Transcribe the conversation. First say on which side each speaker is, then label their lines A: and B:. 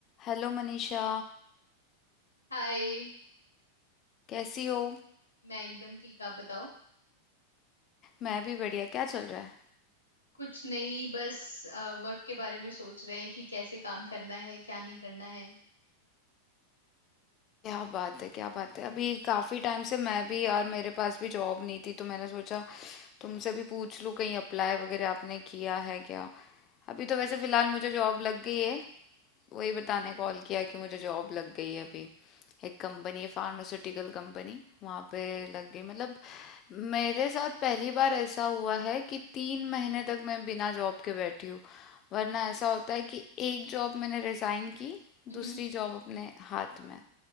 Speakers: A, on the left; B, on the left.
A: Hello Manisha
B: हाय
A: कैसी हो
B: मैं एकदम ठीक आप बताओ
A: मैं भी बढ़िया क्या चल रहा है
B: कुछ नहीं बस वर्क के बारे में सोच रहे हैं कि कैसे काम करना है क्या नहीं करना है
A: क्या बात है क्या बात है अभी काफ़ी टाइम से मैं भी यार मेरे पास भी जॉब नहीं थी तो मैंने सोचा तुमसे भी पूछ लूँ कहीं अप्लाई वगैरह आपने किया है क्या अभी तो वैसे फ़िलहाल मुझे जॉब लग गई है वही बताने कॉल किया कि मुझे जॉब लग गई है अभी एक कंपनी है फार्मास्यूटिकल कंपनी वहाँ पे लग गई मतलब मेरे साथ पहली बार ऐसा हुआ है कि तीन महीने तक मैं बिना जॉब के बैठी हूँ वरना ऐसा होता है कि एक जॉब मैंने रिजाइन की
B: हम्म
A: दूसरी जॉब अपने हाथ में